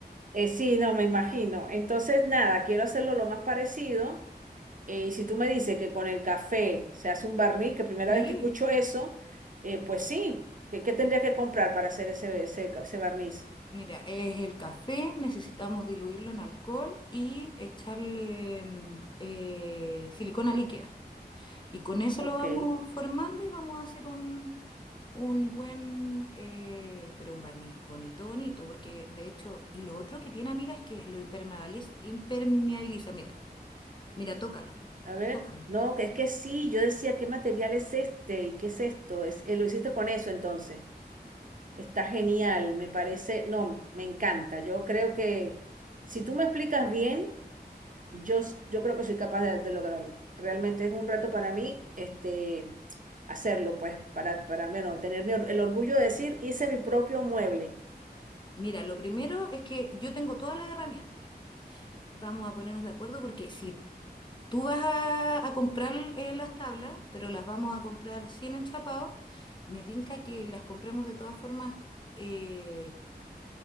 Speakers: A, on the right (about 50°); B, on the left (about 30°).
A: Eh, sí, no, me imagino. Entonces, nada, quiero hacerlo lo más parecido. Eh, y si tú me dices que con el café se hace un barniz, que primera
B: Sí,
A: vez que escucho eso, eh, pues sí, ¿qué, qué tendría que comprar para hacer ese, ese, ese barniz?
B: mira, es el café, necesitamos diluirlo en alcohol y echarle mm, eh, silicona líquida. Y con eso
A: Ok,
B: lo vamos formando y vamos a hacer un, un buen, eh, pero un barniz bonito, bonito, porque de hecho, y lo otro que tiene, amiga, es que lo impermeabiliza, impermeabiliza. Mira, mira, tócalo,
A: a ver.
B: tócalo.
A: No, que es que sí, yo decía, ¿qué material es este? ¿Y qué es esto? Es, eh, lo hiciste con eso entonces. Está genial, me parece, no, me encanta. Yo creo que si tú me explicas bien... Yo, s- yo creo que soy capaz de, de lograrlo. Realmente es un reto para mí, este, hacerlo, pues, para, para, bueno, tener mi or- el orgullo de decir, hice mi propio mueble.
B: Mira, lo primero es que yo tengo todas las herramientas. Vamos a ponernos de acuerdo porque si tú vas a, a comprar eh, las tablas, pero las vamos a comprar sin enchapados, me tinca que las compremos de todas formas eh,